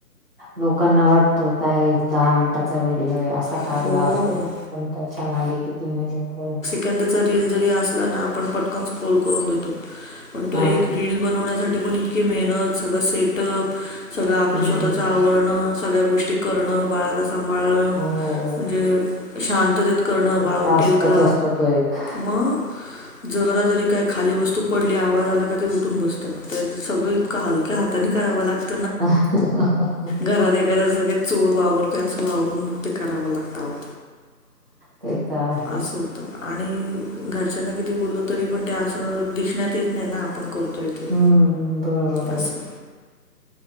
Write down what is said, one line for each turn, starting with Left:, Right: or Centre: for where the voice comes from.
Right: लोकांना वाटतं काय दहा मिनिटाचा व्हिडिओये असं. काढला
Left: हो
Right: असेल पण त्याच्या मागे किती मेहनत करे.
Left: कंदाचा रील जरी असला ना आपण पटकन स्क्रोल करून देतो पण तो
Right: हा
Left: एक. रील बनवण्यासाठी पण इतकी मेहनत सगळा सेटअप. सगळं आपलं
Right: हम्म
Left: स्वतःचं आवरणं सगळ्या गोष्टी करणं बाळाला सांभाळणं.
Right: हो
Left: म्हणजे शांततेत करणं
Right: मग
Left: बाळ उटेल
Right: टास्कच
Left: का
Right: असतो तो एक
Left: म- जरा जरी काही खाली वस्तू पडली आवाज आला का ते उठून बसतं त्या सगळी. का हलक्या हातानी कराव लागं-
Right: अ हं हं हं हं.
Left: घरात एखादा जसं काय चोर वावरतोय असं वावरून मग ते करावं लागतं आवं.
Right: तेे ताय.
Left: असं होतं. आणि घरच्यांना किती बोललो तरी पण त्या असं दिसण्यात येत नाही ना आपण करतोय. ते
Right: हम्म् बरोबर
Left: असं
Right: हे.